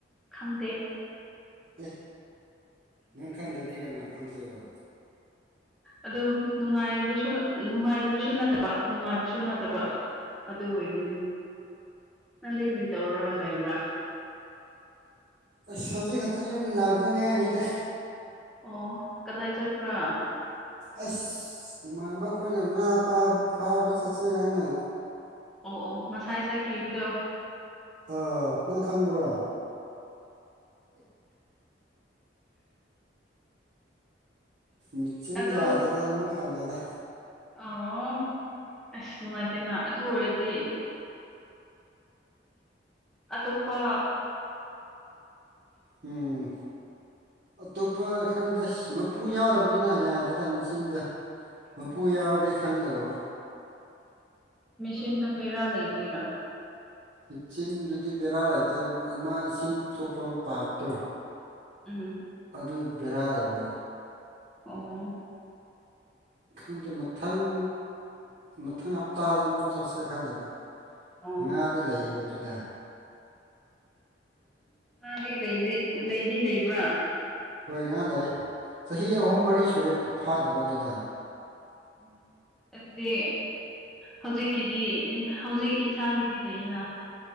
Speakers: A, in the centre; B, on the right.
A: ꯈꯪꯗꯦ
B: ꯑꯦ ꯅꯪ ꯈꯟꯗ꯭ꯔꯗꯤ ꯀꯅꯥ ꯈꯪꯗꯦꯕ
A: ꯑꯗꯨꯝ ꯅꯨꯡꯉꯥꯏꯕꯁꯨ ꯅꯨꯡꯉꯥꯏꯇꯕꯁꯨ ꯅꯠꯇꯕ ꯅꯨꯡꯉꯥꯏꯕꯁꯨ ꯅꯠꯇꯕ ꯑꯗꯨꯗ ꯑꯣꯏꯕꯤ ꯅꯪꯗꯤ ꯀꯗꯤ ꯇꯧꯔꯔ ꯂꯩꯕ꯭ꯔꯥ
B: ꯑꯁ ꯍꯧꯖꯤꯛ ꯈꯛꯇ ꯌꯨꯝ ꯂꯥꯛꯕꯗ ꯉꯥꯏꯔꯤꯗ
A: ꯑꯣ ꯀꯗꯥꯏ ꯆꯠꯄ꯭ꯔꯥ
B: ꯑꯩꯁ ꯏꯃꯥꯟꯅꯕ ꯑꯩꯈꯣꯏꯅ ꯉꯥ ꯐꯥꯕ ꯆꯠꯁꯦ ꯍꯥꯏꯅ
A: ꯑꯣ ꯑꯣ ꯉꯁꯥꯏ ꯆꯠꯈꯤꯕꯗꯣ
B: ꯑ ꯅꯪ ꯈꯪꯕ꯭ꯔꯣ ꯃꯆꯤꯟ
A: ꯑꯗꯨ
B: ꯌꯥꯗꯗꯅ ꯑꯃꯨꯛ ꯍꯜꯂꯦꯗ
A: ꯑꯣ ꯑꯁ ꯅꯨꯡꯉꯥꯏꯇꯦꯅ ꯑꯗꯨ ꯑꯣꯏꯔꯗꯤ ꯑꯇꯣꯞꯄ
B: ꯎꯝ ꯑꯇꯣꯞꯄ ꯈꯪꯗ ꯃꯄꯨ ꯌꯥꯎꯗꯕꯅꯤꯅ ꯌꯥꯗꯦꯗ ꯃꯆꯤꯟꯗ ꯃꯄꯨ
A: ꯑꯣ
B: ꯌꯥꯎꯔꯗꯤ ꯈꯪꯗꯕ
A: ꯃꯦꯁꯤꯟꯗ ꯕꯦꯔꯥ ꯂꯩꯕꯒꯤꯔꯥ
B: ꯃꯆꯤꯟꯗꯨꯗꯤ ꯕꯦꯔꯥ ꯂꯩꯇꯦ ꯑꯃ ꯏꯁꯤꯡ ꯊꯣꯛꯐꯝ ꯄꯥꯏꯞꯇꯣ
A: ꯎꯝ
B: ꯑꯗꯨ ꯕꯦꯔꯥ ꯂꯩꯕ
A: ꯑꯣ
B: ꯈꯪꯗꯦ ꯃꯊꯪ ꯃꯊꯪ ꯍꯞꯇꯥꯗ ꯑꯃꯨꯛ ꯆꯠꯁꯦ ꯈꯂꯦꯕ
A: ꯑꯣ
B: ꯉꯥꯗꯤ ꯂꯩꯕꯗꯨꯗ
A: ꯃꯥꯗꯤ ꯂꯩꯗꯤ ꯂꯩꯗꯤ ꯂꯩꯕ꯭ꯔꯥ
B: ꯍꯣꯏ ꯉꯥ ꯂꯩ ꯆꯍꯤ ꯑꯍꯨꯝ ꯃꯔꯤ ꯁꯨꯔꯦ ꯐꯥꯗꯕ ꯑꯗꯨꯗ
A: ꯑꯣ ꯑꯗꯨꯗꯤ ꯍꯧꯖꯤꯛꯀꯤꯗꯤ ꯍꯧꯖꯤꯛ ꯏꯟꯁꯥꯡꯒꯤꯗꯤ ꯂꯩꯌꯦꯅ